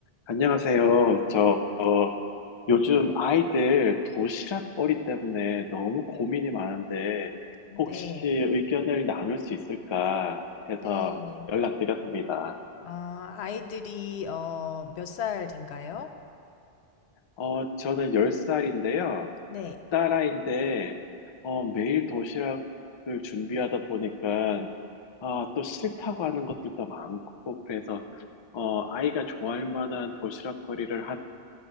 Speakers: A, on the left; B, on the left.
A: 안녕하세요. 저 어, 요즘 아이들 도시락거리 때문에 너무 고민이 많은데
B: 네.
A: 혹시
B: 네,
A: 의견을 나눌 수 있을까 해서
B: 네.
A: 연락드렸습니다.
B: 아, 아이들이, 어, 몇 살인가요?
A: 어, 저는 10살인데요.
B: 네,
A: 딸아이인데 어, 매일 도시락을 준비하다 보니까 아, 또 싫다고 하는 것들도 많고 그래서 어, 아이가 좋아할 만한 도시락거리를